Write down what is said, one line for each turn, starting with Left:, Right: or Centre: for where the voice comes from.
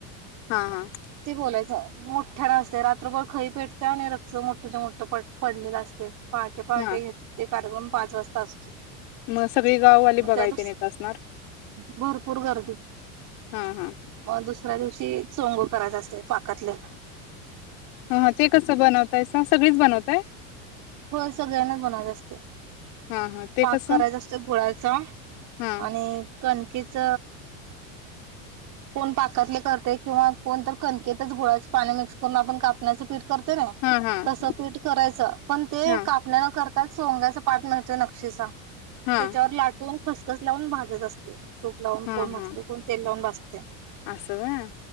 Left: हा हा
Right: ते बोलायचं मोठ्या नसते रात्रभर खई पेटते त्याने रक्ष मोठं मोठं प पडलेलं असते पाटे पाटे
Left: हा
Right: घेत कारम पाच वाजता असतो
Left: मग सगळी गाववाली
Right: मग
Left: बघायला
Right: त्या दुस
Left: तेन येत असणार
Right: भरपूर गर्दी
Left: हा हा
Right: मग दुसऱ्या दिवशी चोंगू करायच असते पाकातले
Left: ह ते कसं बनवताय स सगळीच बनवताय
Right: होय सगळ्यांनाच बनवायचं असते
Left: हां, हां. ते
Right: पाक
Left: कसं?
Right: करायचं असत गोळाचा
Left: हां.
Right: आणि कणकेच कोण पाकातले करते किंवा कोणत कणकेतच गुळाचं पाणी मिक्स करून आपण कापण्याचे पठ ते ना
Left: हां, हां.
Right: तस पीठ करायचं पण ते
Left: हां,
Right: कापण्या कर त्याच सोंग्याचा पाठ मिळतोय नक्षीसा
Left: हां.
Right: त्याच्यावर लाटून ख कस लावून भाजत असते तूप लावून
Left: हां,
Right: कोण भासते
Left: हां.
Right: कोण तेल लावून बासते ते
Left: असं व्हाय.